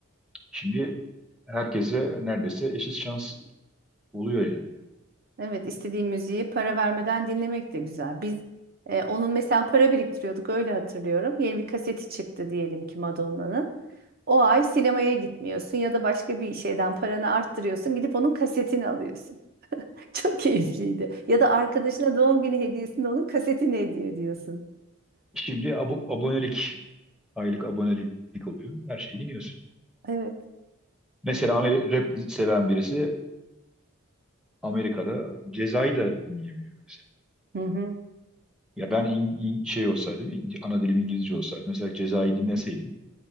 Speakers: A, in the centre; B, on the right.
A: Şimdi herkese neredeyse eşit şans Oluyor yani.
B: Evet, istediğim müziği para vermeden dinlemek de güzel. Biz e, onun mesela para biriktiriyorduk öyle hatırlıyorum. Yeni bir kaseti çıktı diyelim ki Madonna'nın. O ay sinemaya gitmiyorsun ya da başka bir şeyden paranı arttırıyorsun. Gidip onun kasetini alıyorsun. <laughs> Çok keyifliydi. Ya da arkadaşına doğum günü hediyesinde onun kasetini hediye ediyorsun.
A: Şimdi abo- abonelik, aylık abonelik oluyor. Her şeyi dinliyorsun.
B: Evet.
A: Mesela Amer- rap seven birisi Amerika'da Ceza'yı da dinleyemiyor mesela.
B: Hı hı.
A: Ya ben in- in- şey olsaydım, in- ana dilim İngilizce olsaydı, mesela Ceza'yı dinleseydim